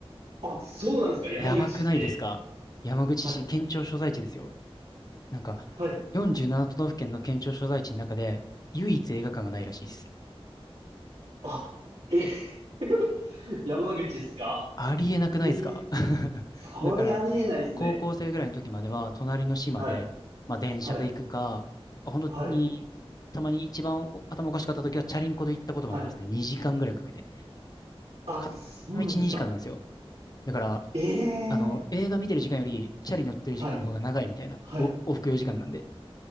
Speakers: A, on the right; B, on the left.
A: あ、そうなんですか、山口って。
B: やばくないですか山口市、
A: はい。
B: 県庁所在地ですよ。なんか、
A: はい。
B: 47都道府県の県庁所在地の中で、唯一映画館がないらしいです。
A: あ、え、<laughs> 山口っすか
B: ありえなくないですか
A: えー
B: <laughs>
A: それありえないですね。
B: だから、高校生ぐらいの時までは、隣の市まで、
A: はい。
B: まあ、電車で行くか、
A: はい。
B: 本当に、
A: はい。
B: たまに一番頭おかしかった時は、チャリンコで行ったこともありますね。
A: はい。
B: 2時間ぐらいかけて。
A: あ、
B: か、
A: そうなんですか。
B: 片道2時間なんですよ。だから、
A: ええー
B: あの、映画見てる時間より、チャリ乗ってる時間の方が長いみたいな、
A: はい。はい。
B: お往復4時間なんで、